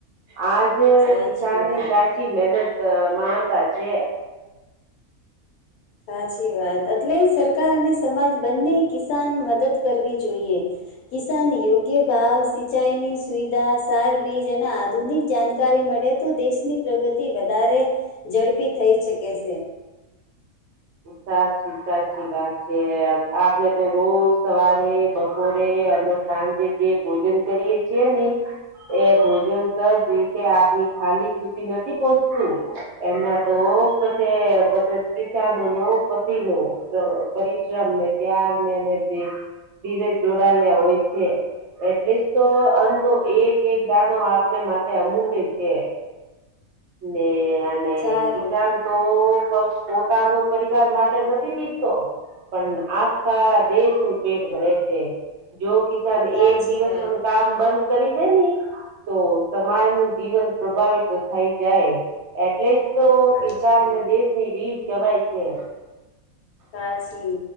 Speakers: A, on the right; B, on the left.
A: આજ
B: સાચી
A: કિસાન
B: વાત
A: ની સાચી મહેનત માનતા છે.
B: સાચી વાત એટલે સરકાર અને સમાજ બંને કિસાન મદદ કરવી જોઈએ. કિસાન યોગ્ય ભાવ સિંચાઈની સુવિધા સારબીજ એના આધુનિક જાણકારી મળે. દેશની પ્રગતિ વધારે ઝડપી થઈ શકે છે.
A: સાચી સાચી વાત છે આપણે તો રોજ સવારે બપોરે અને સાંજે જે ભોજન કરીએ છીએ ને. એ ભોજન સજ રીતે આપની થાલી સુધી નથી પહોચતું. એના તો પછી પછ પ નો પછ ન પરિશ્રમ ને ત્યારને જે ધીરેજ જોડ્યા હોય છે. એટલીસ્ટ તો અન્નો એક એક દાણો આપને માટેથે અમૂલ્ય છે. ને અને
B: સારું
A: ગીતા તો પક્ષ પોતાનો પરિવાર માટે નથી જીવતો. પણ આખા દેશ નું પેટ ભરે છે. જો કિસાન
B: સાચી
A: એક દિવસ
B: વાત
A: પણ કામ બંધ કરી દે ન તો સમાજ નું જીવન પ્રભાવિત થાય જાય એટલે જ તો
B: સાચી
A: કિસાન
B: વાત
A: ને દેશ ની રીડ કેવાય છે.
B: સાચી